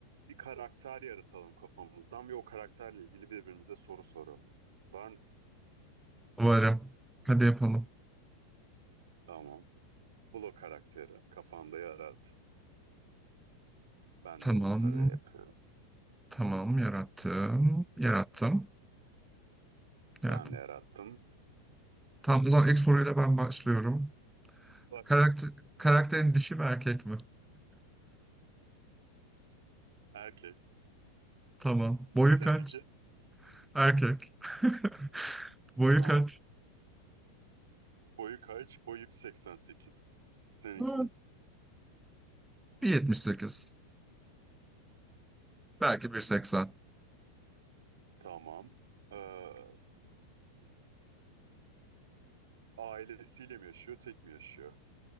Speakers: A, on the right; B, in the centre.
A: bir karakter yaratalım kafamızdan ve o karakterle ilgili birbirimize soru soralım. Var mısın?
B: Varım. Hadi yapalım.
A: Tamam. Bul o karakteri. Kafanda yarat. Ben
B: Tamam.
A: de tabii yapıyorum.
B: Tamam. Yarattım. Yarattım. Yarattım.
A: Ben de yarattım.
B: Tamam o zaman ilk soruyla ben başlıyorum.
A: Bak
B: Karakter,
A: da.
B: karakterin dişi mi erkek mi?
A: Erkek.
B: <laughs> Tamam. Boyu
A: Seninki?
B: kaç? Erkek. <laughs> Boyu
A: Tamam.
B: kaç?
A: Boyu kaç? Boyu 1.88. Seninkini?
B: Hmm. 1.78. Belki 1.80.
A: Tamam. Ee, ailesiyle mi yaşıyor? Tek mi yaşıyor?